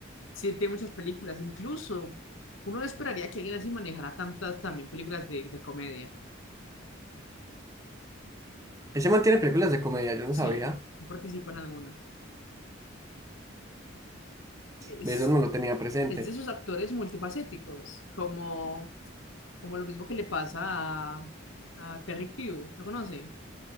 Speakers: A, on the left (about 90°); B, on the right (about 15°).
A: sí, él tiene muchas películas. Incluso uno no esperaría que alguien así manejara tantas también películas de, de comedia.
B: Ese man tiene películas de comedia, yo no
A: Sí,
B: sabía.
A: él participa en algunas. es,
B: De Eso no lo tenía presente.
A: es de esos actores multifacéticos, como, como lo mismo que le pasa a, a Terry Crew, ¿lo conoce?